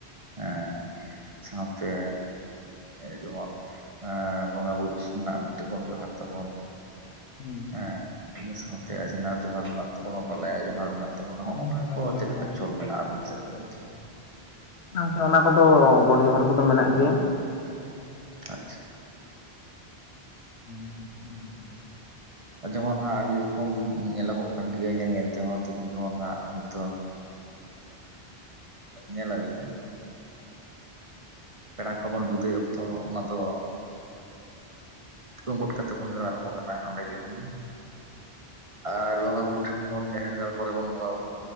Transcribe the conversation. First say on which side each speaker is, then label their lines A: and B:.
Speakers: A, on the right (about 35°); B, on the left (about 80°).
A: ᱦᱮᱸ ᱥᱟᱸᱶᱛᱮ ᱡᱮᱢᱚᱱ ᱵᱚᱸᱜᱟ, ᱵᱩᱨᱩ, ᱨᱮᱱᱟᱜ ᱢᱤᱫᱴᱚᱠᱚᱢ ᱡᱚᱦᱟᱨ ᱛᱟᱵᱚᱱ᱾
B: ᱦᱩᱸ
A: ᱦᱮᱸ ᱤᱱᱟᱹ ᱥᱟᱶᱛᱮ,
B: ᱦᱩᱸ
A: ᱟᱡᱷᱱᱟᱨ ᱡᱚᱦᱟᱨ ᱢᱮᱱᱟᱜ ᱛᱟᱵᱚᱱᱟ᱾ ᱵᱟᱞᱟᱭᱟ ᱡᱚᱦᱟᱨ ᱢᱮᱱᱟᱜ ᱛᱟᱚᱱᱟ᱾ ᱛᱟᱵᱚᱱᱟ ᱦᱚᱜᱼᱱᱟ
B: ᱦᱮᱸ ᱫᱟᱫᱟ
A: ᱠᱚ
B: ᱡᱚᱦᱟᱨ
A: ᱪᱮᱫ ᱞᱮᱠᱟ
B: ᱜᱮ ᱵᱟᱵᱟ ᱡᱚᱦᱟᱨ ᱜᱮ᱾
A: ᱪᱚᱞ ᱢᱮᱱᱟᱜᱼᱟ᱾ ᱟᱵᱤᱱ ᱥᱮᱫ ᱫᱚ ᱚᱱᱛᱮ?
B: ᱵᱟᱝ ᱥᱮ, ᱚᱱᱟ ᱠᱚᱫᱚ ᱜᱚᱰ ᱡᱚᱦᱟᱨ ᱠᱚᱫᱚ ᱢᱮᱱᱟᱜ ᱜᱮᱭᱟ᱾
A: ᱟᱪᱪᱷᱟ
B: <inaudible>
A: ᱡᱮᱢᱚᱱ ᱦᱟᱸᱜ ᱟᱹᱰᱤ ᱨᱚᱠᱚᱢ ᱧᱮᱞᱚᱜᱚᱜ ᱠᱟᱱ ᱜᱮᱭᱟ, ᱧᱮᱞ ᱧᱮᱞ ᱛᱮᱦᱚᱸ ᱛᱮᱤᱦᱤᱧ ᱫᱚ ᱦᱟᱸᱜ ᱦᱳᱭᱛᱳ
B: <inaudible>
A: ᱧᱮᱞᱟᱵᱤᱱ, ᱯᱮᱲᱟ ᱠᱚᱵᱚᱱ ᱵᱤᱫᱟᱹᱭ ᱚᱠᱛᱚ ᱚᱱᱟ ᱫᱚ ᱛᱩᱢᱵᱩᱫ ᱠᱟᱛᱮ ᱵᱚᱱ ᱡᱚᱦᱟᱨ ᱟᱠᱚ ᱠᱟᱱᱟ ᱚᱰᱮᱸᱜᱮ ᱦᱮᱸ᱾ ᱟᱨ ᱵᱚᱸᱜᱟ ᱵᱩᱨᱩ ᱴᱷᱮᱱ ᱵᱚᱱ, ᱡᱟᱦᱮᱨ ᱜᱟᱲ ᱠᱚᱨᱮ ᱵᱚᱱ ᱵᱚᱸᱜᱟ